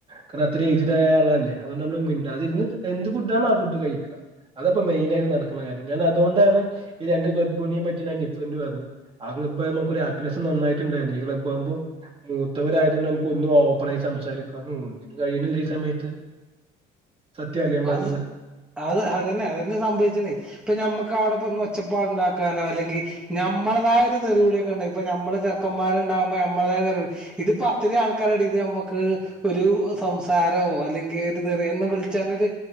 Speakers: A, on the right; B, in the centre.
A: കാരണം അത്ര ഏയ്ജ്ടായ ആളല്ലേ അതോണ്ട് അമ്മള് മിണ്ടാതിര്ന്ന് എന്ത് ഫുഡ്ഡാണോ ആ ഫുഡ് കഴിക്കാ അതാപ്പോ മെയിനായിട്ട് നടക്കുന്ന കാര്യം ഞാൻ അതോണ്ടാണ് ഈ രണ്ട് ക്ലബ്ബുണിം പറ്റി ഞാൻ ഡിഫറന്റ്‌ പറഞ്ഞെ ആ ക്ലാബ്ബാവുമ്പോ നമക്കൊര് ഹാപ്പിനെസ് നന്നായിട്ട് ഇണ്ടായ്ന് ഈ കബ്ബാവുമ്പോ മൂത്തവരായതോണ്ട് നമുക്ക് ഒന്നും ഓപ്പണായി സംസാരിക്കാനും ഒന്നിനും കഴിയ്ണ്ല്ല ഈ സമയത്ത് സത്യായില്ലേ ഞാൻ പറഞ്ഞത്
B: അത് അത് അതന്നെ അതന്നെ സംഭവിച്ച്ണെ ഇപ്പൊ ഞമ്മക്ക് അവടെപ്പൊന്ന് ഒച്ചപ്പാട് ഇണ്ടാക്കാനോ അല്ലെങ്കി നമ്മള്തായൊരു തെറി വിളിയൊക്കെണ്ടെ ഇപ്പോ ഞമ്മള് ചെറ്ക്കന്മാര് ഇണ്ടാവുമ്പോ നമ്മളതായെ തെറി വിളി ഇത്പ്പോ അത്തിരി ആൾക്കാരെ എടേന്ന് ഞമ്മക്ക് ഒരു ആഹ് സംസാരോ അല്ലെങ്കി ഒരു തെറി എന്ന് വിളിച്ചാനൊര്